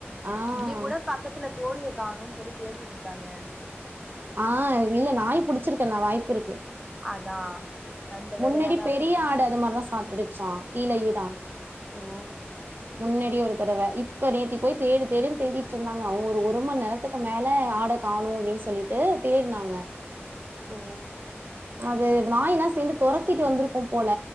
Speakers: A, on the right (about 50°); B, in the centre.
A: ஆ.
B: இங்க கூட பக்கத்துல கோழிய காணுனு சொல்லி தேடிட்டு இருக்காங்க
A: ஆ இல்ல நாய் புடிச்சிருக்கே நா வாய்ப்பு இருக்கு
B: அதா அந்த
A: முன்னாடி
B: வேலையாதா
A: பெரிய
B: இருக்கு
A: ஆடு அது மாரிதா சாப்ட்டுடுச்சா கீழயேதா
B: ஓ
A: முன்னாடி ஒரு தடவ இப் இப்ப நேத்தி போய் தேடு தேடுன்னு தேடிட்டு இருந்தாங்க அவங்க ஒரு ஒரு மணி நேரத்துக்கு மேலே ஆட காணு அப்டின்னு சொல்லி ஓ தேட்னாங்க
B: ஓ
A: அது நாய்ல்லா சேந்து துரத்திட்டு வந்திருக்கு போல